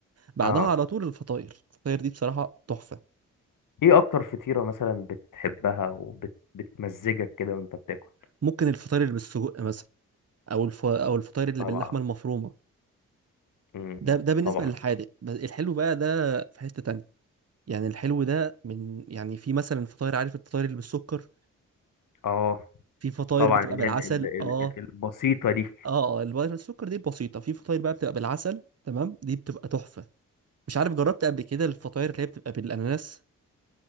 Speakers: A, on the right; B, on the left.
A: بعدها
B: اه
A: على طول الفطاير الفطاير دي بصراحة تحفة
B: ايه اكتر فطيرة مثلا بتحبها وبتمزجك كده وانت بتاكل
A: ممكن الفطاير اللي بالسجق مثلا او الف... او الفطاير اللي
B: طبعا
A: باللحمه المفرومه
B: مم.
A: ده ده بالنسبه
B: طبعا
A: للحادق بس الحلو بقى ده في حته تانية يعني الحلو ده من يعني في مثلا فطاير عارف الفطاير اللي بالسكر
B: اه
A: في فطاير
B: طبعا
A: بتبقى
B: ال
A: بالعسل
B: ال ال
A: اه
B: ال البسيطة دي
A: اه اه الفطاير بالسكر دي بسيطه في فطاير بقى بتبقى بالعسل تمام دي بتبقى تحفه مش عارف جربت قبل كده الفطاير اللي هي بتبقى بالاناناس